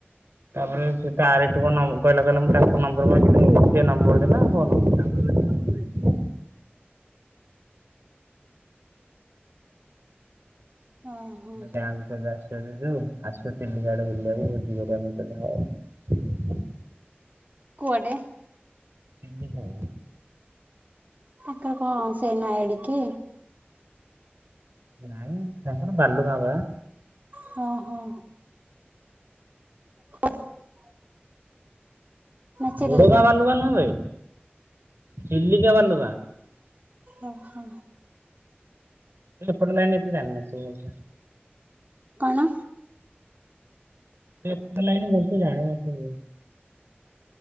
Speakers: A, on the right; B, on the right.
A: ତାପରେ ସେ ତାରିଠୁ କଣ୍ ନମ୍ କହିଲା କହିଲା ମୁଁ ତାଙ୍କ ନମ୍ବର ମାଗିଲି ସେ ନମ୍ବର ଦେଲା ଫୋନ୍
B: ଓହୋ।
A: ଏଟା ଆଉ ଗୋଟେ ଦାସ ଜିଯୁ ଆସ ଚିଲିକା ଆଡେ ବୁଲିବାକୁ ଭୋଜି କରିବା ମୁଁ କହିଲି ହଉ।
B: କୁଆଡେ?
A: ଚିଲିକା
B: ତାଙ୍କର କଣ ସେଇ ନୁଆଁ ଏଡିକି?
A: ନାହିଁ ତାଙ୍କର ବାଲୁଗାଁ ବା।
B: ହଁ ହଁ। <unintelligible> ନା ଚିଲିକା?
A: ବଡଗାଁ ବାଲୁଗାଁ ନୁହେଁ ବେ ଚିଲିକା ବାଲୁଗାଁ। <unintelligible>
B: ଓ ହୋ।
A: ଏପଟ ଲାଇନରେ ଏତେ ଜାଣି ନଥିବୁ ବୋଧେ
B: କଣ?
A: ଏପଟ ଲାଇନ ଭଲ ସେ ଜାଣି ନଥିବୁ।